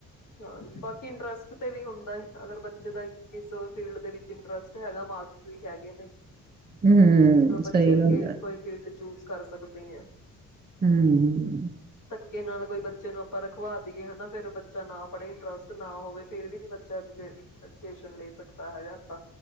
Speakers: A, on the left; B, on the right.
A: ਹਾਂ ਬਾਕੀ ਇੰਟਰਸਟ ਤੇ ਵੀ ਹੁੰਦਾ ਅਗਰ ਬ ਬੱਚੇ ਦਾ ਕਿਸ ਫੀਲਡ ਦੇ ਵਿੱਚ ਇੰਟਰਸਟ ਹੈਗਾ ਮਾਕਸ ਵੀ ਹੈਗੇ ਨੇ, ਫੀਲਡ
B: ਹਮ
A: ਵਿੱਚ ਜਦੋ
B: ਸਹੀ
A: ਬੱਚੇ ਅੱਗੇ
B: ਗੱਲ ਹੈ
A: ਕੋਈ ਫੀਲਡ ਚੂਜ ਕਰ ਸਕਦੇ ਐਂ
B: ਹਮ
A: ਧੱਕੇ ਨਾਲ ਕੋਈ ਬੱਚੇ ਨੂੰ ਆਪਾਂ ਰਖਵਾ ਦਈਏ ਹਨਾ ਫੇਰ ਬੱਚਾ ਨਾ ਪੜ੍ਹੇ ਇੰਟਰਸਟ ਨਾ ਹੋਵੇ ਫੇਰ ਵੀ ਨੀ ਬੱਚਾ ਅੱਗੇ ਐਜੂਕੇਸ਼ਨ ਲੇ ਸਕਦਾ ਹੈਗਾ। ਆਪਾਂ